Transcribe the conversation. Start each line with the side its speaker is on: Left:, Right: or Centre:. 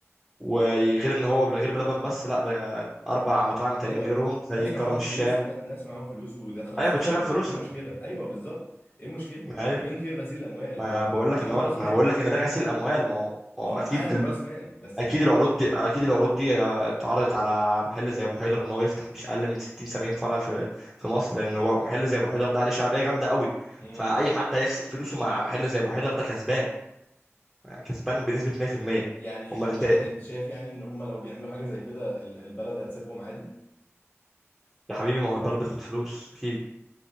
Centre: وغير ان هو بلا- غير بلبن بس لا ده اربع مطاعم تانيين
Left: ايوه
Centre: غيرهم زي
Left: ناس
Centre: كرم
Left: معاهم
Centre: الشام
Left: فلوس نا- ناس معاهم فلوس ودخلوا
Centre: ايوه
Left: استثمروا
Centre: بتشغل فلوسها
Left: ايه المشكلة ايوه بالظبط ايه المشكلة
Centre: ما ايوه
Left: فين فين غسيل الاموال
Centre: ما
Left: هو
Centre: بقول
Left: معاهم
Centre: لك ان هو
Left: راس
Centre: ما
Left: مال
Centre: انا بقول لك ان ده غسيل اموال ما هو ما هو
Left: هما
Centre: اكيد
Left: معاهم راس مال بس
Centre: اكيد
Left: م...
Centre: العروض دي اكيد العروض دي اتعرضت على محل زي ابو حيدر ان هو يفتح مش اقل من 60 70 فرع في في مصر لان هو محل زي ابو حيدر ده عليه شعبيه جامده قوي
Left: مم.
Centre: فاي حد هيخسر فلوسه مع محل زي ابو حيدر ده كسبان يعني كسبان بنسبه 100%
Left: يعني
Centre: امال
Left: انت
Centre: انت
Left: شا...
Centre: إيه؟
Left: انت شايف يعني ان هما لو بيعملوا حاجة زي كده ال- البلد هتسيبهم عادي
Centre: يا حبيبي ما هو البلد بتاخد فلوس اكيد